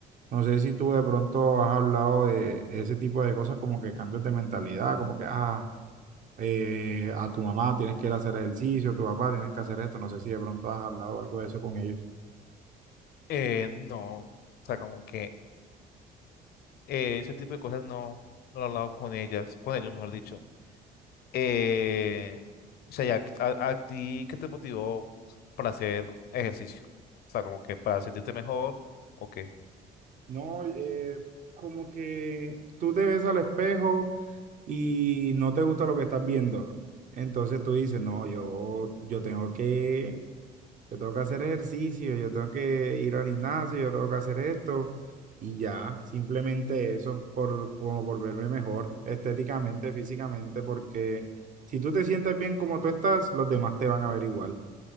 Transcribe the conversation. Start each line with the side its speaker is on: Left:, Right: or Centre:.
Right: No sé si tú de pronto has hablado de ese tipo de cosas como que cambios de mentalidad, como que, ah, eh, a tu mamá tienes que ir a hacer ejercicio, a tu papá tienes que hacer esto. No sé si de pronto has hablado algo de eso con ellos.
Left: Eh, no, o sea, como que eh, ese tipo de cosas no, no lo he hablado con ellas, con ellos, mejor dicho. Eh, o sea, ya, a, a ti, ¿qué te motivó para hacer ejercicio? O sea, como que para sentirte mejor o qué.
Right: No, eh, como que tú te ves al espejo y no te gusta lo que estás viendo. Entonces tú dices, no, yo, yo tengo que, yo tengo que hacer ejercicio, yo tengo que ir al gimnasio, yo tengo que hacer esto. Y ya, simplemente eso, por, como por verme mejor estéticamente, físicamente, porque si tú te sientes bien como tú estás, los demás te van a ver igual.